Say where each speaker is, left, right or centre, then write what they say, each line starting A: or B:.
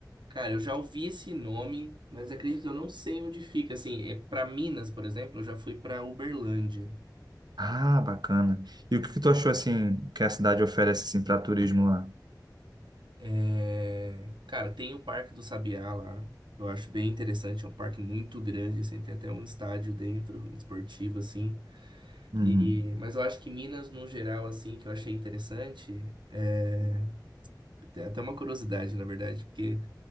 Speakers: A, on the right (about 85°); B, on the right (about 65°).
A: Cara, eu já ouvi esse nome, mas acredito que eu não sei onde fica. Assim, é para Minas, por exemplo, eu já fui pra Uberlândia.
B: Ah, bacana. E o que que tu achou assim que a cidade oferece assim para turismo lá?
A: É, Cara, tem o Parque do Sabiá lá. Eu acho bem interessante, é um parque muito grande, assim, tem até um estádio dentro, esportivo, assim.
B: Uhum.
A: E... Mas eu acho que Minas, no geral, assim, que eu achei interessante, é... tem até uma curiosidade, na verdade, porque